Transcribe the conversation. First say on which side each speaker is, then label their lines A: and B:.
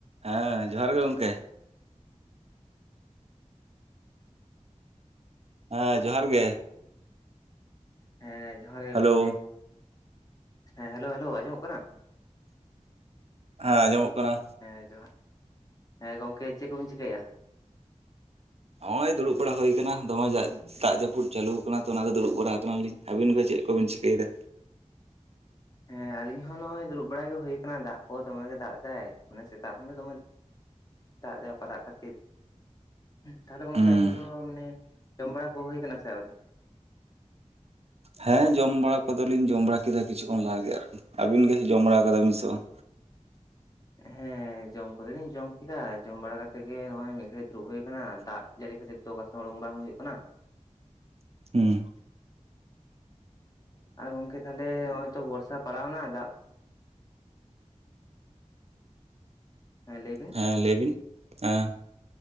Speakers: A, on the right; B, on the left.
A: ᱦᱮᱸ ᱡᱚᱦᱟᱨ ᱜᱮ ᱜᱚᱝᱠᱮ ᱦᱮᱸ ᱡᱚᱦᱟᱨ ᱜᱮ
B: ᱦᱮᱸ ᱡᱚᱦᱟᱨ ᱜᱮ
A: ᱦᱮᱞᱳ
B: ᱜᱚᱝᱠᱮ᱾ ᱦᱮᱸ ᱦᱮᱞᱳ-ᱦᱮᱞᱳᱣ ᱟᱸᱡᱚᱢᱚᱜ ᱠᱟᱱᱟ?
A: ᱟ ᱟᱡᱚᱢᱚᱜ ᱠᱟᱱᱟ᱾
B: ᱮᱸ ᱡᱚᱦᱟ, ᱦᱮᱸ ᱜᱚᱝᱠᱮ ᱪᱮᱜ ᱠᱚᱵᱤᱱ ᱪᱤᱠᱟᱭ ᱮᱼᱟ?
A: ᱚᱸᱭ ᱫᱩᱲᱩᱵ ᱵᱟᱲᱟ ᱦᱩᱭ ᱠᱟᱱᱟ ᱫᱚᱢᱮ ᱡᱟᱜ ᱫᱟᱜ ᱡᱟᱹᱯᱩᱫ ᱪᱟᱹᱞᱩᱣ ᱠᱟᱱᱟ ᱛᱚ ᱚᱱᱟᱫᱚ ᱫᱩᱲᱩᱵ ᱵᱟᱲᱟ ᱟᱠᱟᱱᱟ ᱞᱤᱧ, ᱟᱹᱵᱤᱱ ᱜᱮ ᱪᱮᱜ ᱠᱚᱵᱮᱱ ᱪᱤᱠᱟᱹᱭ ᱫᱟ?
B: ᱦᱮᱸ ᱟᱞᱤᱧ ᱦᱚᱸ ᱱᱚᱜᱼᱚᱭ ᱫᱩᱨᱩᱵ ᱵᱟᱲᱟ ᱜᱮ ᱦᱩᱭ ᱠᱟᱱᱟ ᱫᱟᱜ ᱠᱚ ᱫᱚᱢᱮ ᱜᱮ ᱫᱟᱜ ᱫᱟᱭ, ᱢᱟᱱᱮ ᱥᱮᱛᱟᱜ ᱠᱷᱚᱱ ᱜᱮ ᱫᱚᱢᱮ ᱫᱟᱜ ᱫᱟᱭ ᱚᱠᱟ ᱴᱟᱜ ᱠᱷᱟᱹᱛᱤᱨ᱾ ᱛᱟᱦᱚᱞᱮ ᱜᱚᱝᱠᱮ
A: ᱦᱩᱸ
B: ᱟᱵᱤᱱ ᱫᱚ ᱢᱟᱱᱮ ᱡᱚᱢ ᱵᱟᱲᱟ ᱠᱚ ᱦᱩᱭ ᱠᱟᱱᱟ ᱥᱮ ᱟᱹᱣᱨᱤ?
A: ᱦᱮᱸ ᱡᱚᱢ ᱵᱟᱲᱟ ᱠᱚᱫᱚᱞᱤᱧ ᱡᱚᱢ ᱵᱟᱲᱟ ᱠᱮᱫᱟ ᱠᱤᱪᱷᱩ ᱠᱷᱚᱱ ᱞᱟᱦᱟ ᱜᱮ ᱟᱨᱠᱤ, ᱟᱹᱵᱤᱱ ᱜᱮ ᱡᱚᱢ ᱵᱟᱲᱟᱣ ᱠᱟᱫᱟ ᱵᱤᱱ ᱥᱮ ᱵᱟᱝ?
B: ᱦᱮᱸ᱾ ᱮᱸ ᱡᱚᱢ ᱠᱚᱫᱚᱞᱤᱧ ᱡᱚᱢ ᱠᱮᱫᱟ, ᱡᱚᱢ ᱵᱟᱲᱟ ᱠᱟᱛᱮ ᱜᱮ ᱱᱚᱜᱼᱚᱭ ᱢᱤᱜ ᱜᱷᱟᱹᱲᱤ ᱫᱩᱲᱩᱵ ᱦᱩᱭ ᱠᱟᱱᱟ, ᱫᱟᱜ ᱡᱟᱹᱲᱤ ᱠᱷᱟᱹᱛᱤᱨ ᱛᱚ ᱚᱠᱟᱥᱮ ᱩᱰᱩᱝ ᱵᱟᱝ ᱦᱩᱭᱩᱜ ᱠᱟᱱᱟ᱾
A: ᱩᱸ᱾
B: ᱟ ᱜᱚᱝᱠᱮ ᱛᱟᱦᱚᱞᱮ ᱚᱸᱼᱚᱭ ᱛᱚ ᱵᱚᱨᱥᱟ ᱯᱟᱲᱟᱣ ᱱᱟ ᱫᱟᱜ ᱦᱮᱸ ᱞᱟᱹᱭ ᱵᱤᱱ
A: ᱦᱮᱸ ᱞᱟᱹᱭ ᱵᱤᱱ, ᱮᱸ᱾